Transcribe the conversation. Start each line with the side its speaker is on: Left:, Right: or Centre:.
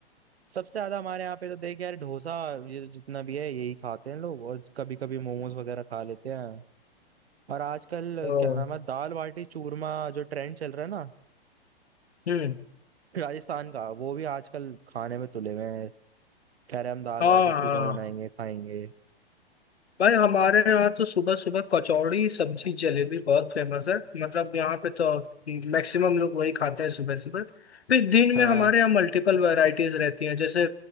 Right: सबसे ज्यादा हमारे यहाँ पे तो देख यार डोसा ये तो जितना भी है यही खाते हैं लोग और कभी कभी मोमोज वगैरह खा लेते हैं और आजकल
Left: ओ,
Right: क्या नाम है दाल बाटी चूरमा जो ट्रेंड चल रहा है ना
Left: हम्म
Right: राजस्थान का वो भी आजकल खाने में तुले हुए हैं कह रहे हैं हम दाल
Left: हाँ
Right: बाटी चूरमा
Left: हाँ
Right: बनाएंगे खाएंगे
Left: भाई हमारे यहाँ तो सुबह सुबह कचौड़ी सब्जी जलेबी बहुत फेमस है मतलब यहाँ पे तो मैक्सिमम लोग वही खाते हैं सुबह सुबह फिर दिन
Right: हाँ
Left: में हमारे यहाँ मल्टीपल वैरायटीज रहती हैं जैसे